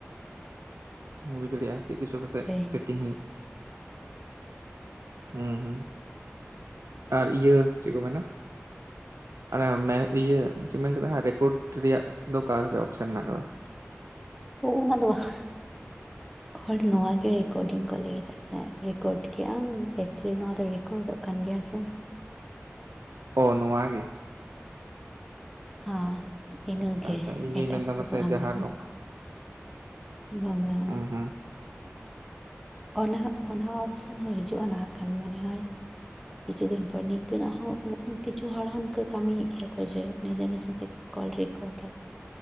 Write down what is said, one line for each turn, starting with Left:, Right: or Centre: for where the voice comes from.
Right: ᱵᱩᱡᱽ ᱫᱟᱲᱮᱭᱟᱜᱼᱟ ᱪᱮᱫ ᱠᱚᱪᱚ ᱯᱟᱥᱮᱡ
Centre: ᱦᱳᱭ
Right: ᱥᱮᱴᱤᱝ ᱦᱩᱭᱩᱜ ᱦᱮᱸ ᱦᱩᱸ ᱟᱨ ᱤᱭᱟᱹ ᱪᱮᱫ ᱠᱚ ᱢᱮᱱᱟ ᱟᱨ ᱤᱭᱟᱹ ᱪᱮᱫ ᱢᱮᱱ ᱠᱮᱫᱟ ᱨᱮᱠᱚᱨᱰ ᱨᱮᱭᱟᱜ ᱫᱚ ᱚᱠᱟᱨᱮ ᱚᱯᱥᱮᱱ ᱢᱮᱱᱟᱜᱼᱟ <inaudible>
Centre: ᱚᱱᱟ ᱫᱚ ᱵᱟᱝ
Right: <inaudible>
Centre: ᱦᱚᱲ ᱱᱚᱣᱟ ᱜᱮ ᱨᱮᱠᱳᱰᱤᱝ ᱠᱚ ᱞᱟᱹᱭᱟ ᱡᱮ ᱨᱮᱠᱚᱨᱰ ᱠᱮᱫᱼᱟ ᱮᱠᱪᱩᱭᱮᱞᱤ ᱱᱚᱣᱟ ᱫᱚ ᱨᱮᱠᱚᱨᱰᱚᱜ ᱠᱟᱱ ᱜᱮ ᱜᱮᱭᱟ ᱥᱮ
Right: ᱚ ᱱᱚᱣᱟ ᱜᱮ
Centre: ᱦᱸ ᱤᱱᱟᱹᱜᱮ
Right: ᱟᱪᱪᱷᱟ ᱟᱪᱪᱷᱟ ᱤᱧ ᱫᱩᱧ
Centre: ᱮᱴᱟᱜ
Right: ᱢᱮᱱᱫᱟ
Centre: ᱠᱟᱛᱷᱟ
Right: ᱯᱟᱥᱮᱡ
Centre: ᱫᱚ ᱵᱟᱝ
Right: ᱡᱟᱦᱟᱸ
Centre: ᱠᱟᱱᱟ
Right: ᱱᱚᱝᱠᱟ
Centre: ᱵᱟᱝ ᱵᱟᱝ
Right: ᱦᱩᱸ
Centre: ᱵᱟᱝ
Right: ᱦᱩᱸ
Centre: ᱚᱱᱟ ᱚᱱᱟ ᱚᱯᱷᱥᱮᱱ ᱦᱚᱸ ᱦᱤᱡᱩᱜᱼᱟ ᱱᱟᱦᱟᱜ ᱠᱷᱟᱱ ᱢᱚᱱᱮ ᱦᱚᱭ ᱠᱤᱪᱷᱩ ᱫᱤᱱ ᱯᱚᱨ ᱱᱤᱝᱠᱟᱹᱱᱟᱜ ᱦᱚᱸ ᱠᱤᱪᱷᱩ ᱦᱚᱲ ᱦᱚᱸ ᱱᱤᱝᱠᱟᱹ ᱠᱟᱹᱢᱤᱭᱮᱫ ᱜᱮᱭᱟ ᱠᱚ ᱡᱮ ᱱᱤᱡᱮ ᱱᱤᱡᱮ ᱛᱮᱜᱮ ᱚᱞ ᱨᱤᱠᱚᱰᱟᱨ